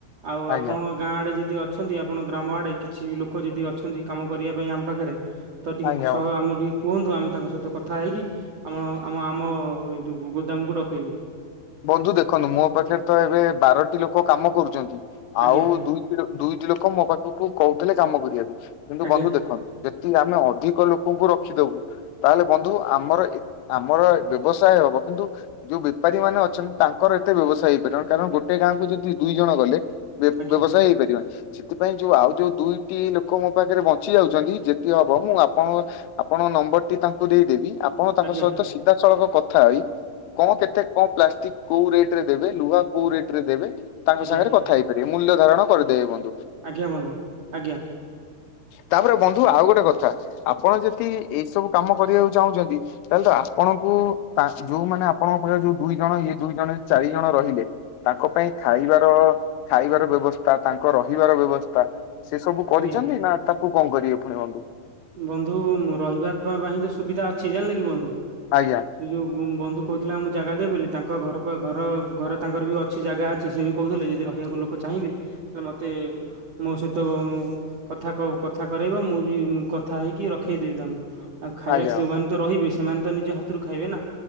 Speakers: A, on the right; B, on the left.
A: ଆଉ
B: ଆଜ୍ଞା
A: ଆପଣଙ୍କ ଗାଁ ଆଡେ ଯଦି ଅ ଅଛନ୍ତି ଆପଣ ଗ୍ରାମ ଆଡେ କିଛି ଲୋକ ଯଦି ଅଛନ୍ତି କାମ କରିବା ପାଇଁ ଆମ ପାଖରେ ତ ଟିକେ
B: ଆଜ୍ଞା
A: ସହ
B: ବନ୍ଧୁ
A: ଆମ ଟିକେ କୁହନ୍ତୁ ଆମେ ତାଙ୍କ ସହିତ କଥା ହେଇକି ଆମ ଆମ ଆମ ଗୋଦାମକୁ ଡକେଇବୁ।
B: ବନ୍ଧୁ ଦେଖନ୍ତୁ ମୋ ପାଖରେ ତ ଏବେ ବାରଟି ଲୋକ କାମ କରୁଛନ୍ତି। ଆଉ
A: ଆଜ୍ଞା
B: ଦୁଇ ଦୁଇଟି ଲୋକ ମୋ ପାଖକୁ କହୁଥିଲେ କାମ କରିବାକୁ। କିନ୍ତୁ
A: ଆଜ୍ଞା
B: ବନ୍ଧୁ ଦେଖନ୍ତୁ ଯେତିକି ଆମେ ଅଧିକ ଲୋକଙ୍କୁ ରଖିଦବୁ ତାହେଲେ ବନ୍ଧୁ ଆମର ଆମର ବ୍ୟବସାୟ ହବ କିନ୍ତୁ ଯୋଉ ବେପାରୀ ମାନେ ଅ ତାଙ୍କର ଏତେ ବ୍ୟବସାୟ ହେଇପାରିବନି କାରଣ ଗୋଟେ ଗାଁକୁୁ ଯଦି ଦୁଇ ଜଣ ଗଲେ ବ୍ୟ-ବ୍ୟବସାୟ
A: ଆଜ୍ଞା
B: ହେଇପାରିବନି। ସେଥିପାଇଁ ଯୋଉ ଆଉ ଯୋଉ ଦୁଇଟି ଲୋକ ମୋ ପାଖରେ ବଞ୍ଚି ଯାଉଛନ୍ତି ଯେତିକି ହବ ମୁଁ ଆପଣ ଆପଣ ନମ୍ବରଟି ତାଙ୍କୁ ଦେଇଦେବି ଆପଣ ତାଙ୍କ
A: ଆଜ୍ଞା
B: ସହିତ ସିଧା ସଳଖ କଥା ହୋଇ କଣ କେତେ କଣ ପ- କୋଉ ରେଟ ରେ ଦେବେ ଲୁହା କୋଉ ରେଟ ରେ ଦେବେ ତାଙ୍କ
A: ଆଜ୍ଞା
B: ସାଙ୍ଗରେ କଥା ହୋଇପାରିବେ ମୂଲ୍ୟ ଧାରଣ କରିଦେବେ ମ-
A: ଆଜ୍ଞା ବନ୍ଧୁ ଆଜ୍ଞା
B: ତାପରେ ବନ୍ଧୁ ଆଉ ଗୋଟେ କଥା ଆପଣ ଯଦି ଏଇ ସବୁ କାମ କରିବାକୁ ଚାହୁଁଛନ୍ତି ତାହେଲେ ତ ଆପଣଙ୍କୁ ଆ-ଯୋଉ ମାନେ ଆପଣଙ୍କ ପାଖରେ ଯୋଉ ଦୁଇ ଜଣ ଇଏ ଦୁଇ ଜଣ ଚାରି ଜଣ ରହିଲେ ତାଙ୍କ ପାଇଁ ଖାଇବାର ଖାଇବାର ବ୍ୟବସ୍ଥା ତାଙ୍କ ର ପିବାର ବ୍ୟବସ୍ଥା ସେ ସବୁ କରିଛନ୍ତି
A: ଆଜ୍ଞା
B: ନା ତାକୁ କଣ କରିବେ ପୁଣି ବନ୍ଧୁ।
A: ବନ୍ଧୁ ରହିବା ତା-ପାଇଁ ତ ସୁବିଧା ଅଛି ଜାଣିଲେ କି ବନ୍ଧୁ
B: ଆଜ୍ଞା
A: ସେ ଯୋଉ କହୁଥିଲା ମୁଁ ଜାଗା ଦେବ ବୋଲି ତାଙ୍କ ଘରପାଖ-ଘର-ଘର ତାଙ୍କର ବି ଅଛି ଜାଗା ଅଛି ସିଏବି କହୁଥିଲେ ଯଦି ରହିବାକୁ ଲୋକ ଚାହିଁବେ ତାଲେ ମୋତେ ମୋ ସହିତ କଥା-କଥା କରାଇବ ମୁଁ ବି କଥା ହେଇକି ରଖେଇଦେବି ତାଙ୍କୁ ଆଉ ଖାଇବା
B: ଆଜ୍ଞା।
A: ଯୋଉମାନେ ତ ରହିବେ ସେମାନେ ତ ନିଜ ହାତରୁ ଖାଇବେ ନା